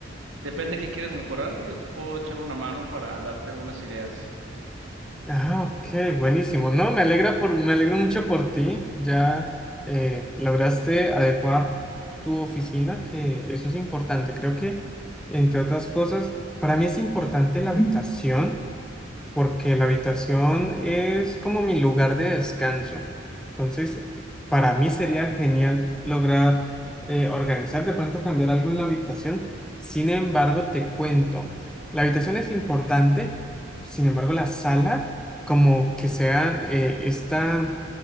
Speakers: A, on the right; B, in the centre.
A: depende de qué quieras mejorar, pues yo te puedo echar una mano para darte algunas ideas.
B: Ah, ok, buenísimo. No, me alegra por, me alegro mucho por ti. Ya eh, lograste adecuar tu oficina, que eso es importante. Creo que, entre otras cosas, para mí es importante la Mm. habitación porque la habitación es como mi lugar de descanso. Entonces, para mí sería genial lograr eh, organizar, de pronto cambiar algo en la habitación. Sin embargo, te cuento, la habitación es importante, sin embargo, la sala, como que sea eh, esta